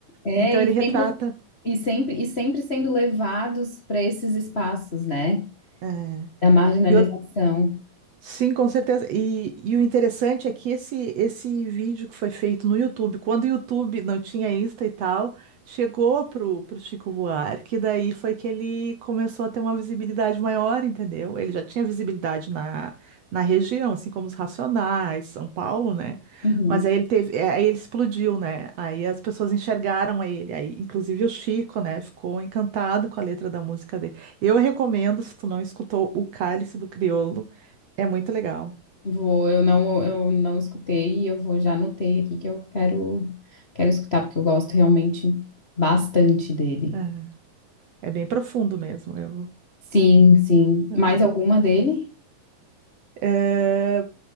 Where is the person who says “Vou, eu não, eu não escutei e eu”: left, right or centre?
Left